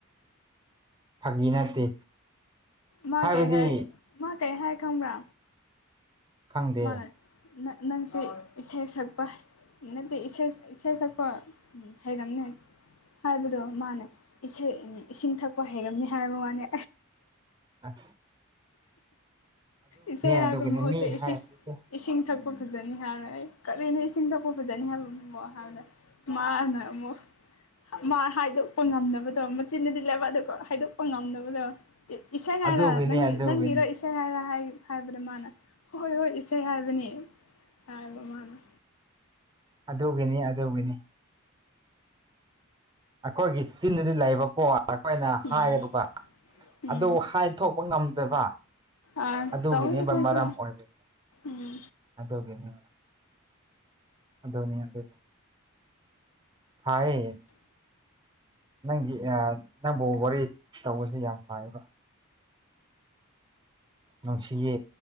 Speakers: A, on the right; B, on the left.
A: ꯐꯥꯒꯤ ꯅꯠꯇꯦ
B: ꯃꯥ
A: ꯍꯥꯏꯕꯗꯤ
B: ꯀꯩ ꯍꯥꯏ ꯃꯥ ꯀꯩ ꯍꯥꯏ ꯈꯪꯕ꯭ꯔꯥ
A: ꯈꯪꯗꯦ
B: ꯃꯥꯅ ꯅꯪꯁꯦ ꯏꯁꯩ ꯁꯛꯄ ꯍꯩ ꯅꯠꯇꯦ ꯏꯁꯩ ꯏꯁꯩ ꯁꯛꯄ ꯎꯝ ꯍꯩꯔꯝꯅꯦ ꯍꯥꯏꯕꯗꯣ ꯃꯥꯅꯦ ꯏꯁꯤꯡ ꯊꯛꯄ ꯍꯩꯔꯝꯅꯤ ꯍꯥꯏꯕ ꯋꯥꯅꯦ
A: ꯑ
B: ꯏꯁꯩ
A: ꯑꯗꯨꯒꯤꯅꯤ
B: ꯍꯥꯏꯕ ꯃꯍꯨꯠꯇ
A: ꯃꯤ
B: ꯏꯁꯤꯡ
A: ꯍꯥꯏꯕꯗꯤ
B: ꯏꯁꯤꯡ ꯊꯛꯄ ꯐꯖꯅꯤ ꯍꯥꯏꯔ ꯑꯩ ꯀꯔꯤꯅꯣ ꯏꯁꯤꯡ ꯊꯛꯄ ꯐꯖꯅꯤ ꯍꯥꯏꯕ <unintelligible> ꯃꯥꯅ ꯑꯃꯨꯛ ꯃꯥ ꯍꯥꯏꯗꯣꯛꯄ ꯉꯝꯅꯕꯗꯣ ꯃꯆꯤꯟꯅꯗꯤ ꯂꯩꯕꯗꯣ ꯍꯥꯏꯗꯣꯛꯄ ꯉꯝꯅꯕꯗꯣ ꯏꯁꯩ ꯍꯥꯏꯔ
A: ꯑꯗꯨꯒꯤꯅꯤ
B: ꯅꯪꯒꯤ
A: ꯑꯗꯨꯒꯤꯅꯤ
B: ꯏꯁꯩ ꯍꯥꯏꯔ ꯍꯥꯏ ꯍꯥꯏꯕꯗ ꯃꯥꯅ ꯍꯣꯏ ꯍꯣꯏ ꯏꯁꯩ ꯍꯥꯏꯕꯅꯤ ꯍꯥꯏꯕ ꯃꯥꯅ
A: ꯑꯗꯨꯒꯤꯅꯤ ꯑꯗꯨꯒꯤꯅꯤ ꯑꯩꯈꯣꯏꯒꯤ ꯆꯟꯗꯗꯤ ꯂꯩꯕꯀꯣ ꯑꯩꯈꯣꯏꯅ
B: ꯎꯝ
A: ꯍꯥꯏꯒꯗꯕ
B: ꯎꯝ
A: ꯑꯗꯨꯕꯨ ꯍꯥꯏ ꯊꯣꯛꯄ ꯉꯝꯗꯕ
B: ꯑꯥ
A: ꯑꯗꯨꯒꯤꯅꯦꯕ
B: ꯇꯧꯋꯤ ꯑꯩꯈꯣꯏꯁꯨ
A: ꯃꯔꯝ ꯑꯣꯏꯕꯁ
B: ꯎꯝ
A: ꯑꯗꯨꯒꯤꯅꯦ ꯑꯗꯨꯅꯤ ꯑꯗꯣꯅꯦꯗ ꯍꯥꯏꯌꯦ ꯅꯪꯒꯤ ꯅꯪꯕꯨ ꯋꯥꯔꯤ ꯇꯧꯕꯁꯦ ꯌꯥꯝ ꯐꯥꯏꯌꯦꯕ ꯅꯨꯡꯁꯤꯌꯦ